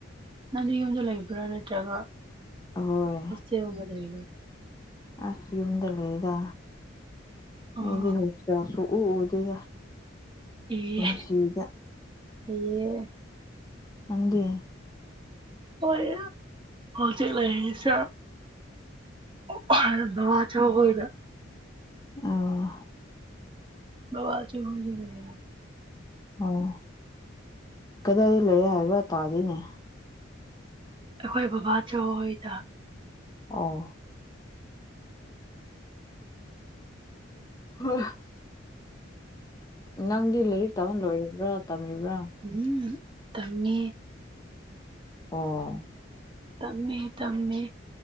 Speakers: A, on the right; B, on the left.
A: ꯅꯪꯗꯤ ꯌꯨꯟꯗ ꯂꯩꯕ꯭ꯔꯥ ꯅꯠꯇ꯭ꯔꯒ
B: ꯑꯍꯣꯏ
A: ꯍꯣꯁꯇꯦꯜ ꯒꯨꯝꯕꯗ ꯂꯩꯕ꯭ꯔꯥ
B: ꯑꯁ ꯌꯨꯝꯗ ꯂꯩꯌꯦꯗ
A: ꯑꯣ
B: ꯑꯩꯗꯤ ꯍꯣꯁꯇꯦꯜ ꯁꯨꯛꯎ ꯎꯗꯦꯗ
A: ꯏ
B: ꯄꯨꯟꯁꯤꯗ
A: ꯑꯦ
B: ꯅꯪꯒꯤ
A: ꯑꯣꯏꯌ ꯍꯣꯖꯤꯛ ꯂꯩꯔꯤꯉꯩꯁꯤꯌ ꯑꯣ ꯍꯜꯗꯨꯋꯥꯟ ꯁꯨ ꯍꯣꯏꯗ
B: ꯑ
A: ꯕꯕꯥꯆꯨ <inaudible>
B: ꯑꯣ ꯀꯗꯥꯏ ꯂꯩꯌꯦ ꯍꯥꯏꯕ ꯇꯥꯗꯤꯅꯦ
A: ꯑꯩꯈꯣꯏ ꯕꯕꯥꯆꯧ ꯍꯣꯏꯗ
B: ꯑꯣ ꯍ ꯅꯪꯗꯤ ꯂꯥꯏꯔꯤꯛ ꯇꯃ ꯂꯣꯏꯔꯤꯕ꯭ꯔꯥ ꯇꯝꯔꯤꯕ꯭ꯔꯥ
A: ꯎꯝ ꯇꯃꯦ
B: ꯑꯣ
A: ꯇꯝꯃꯦ ꯇꯝꯃꯦ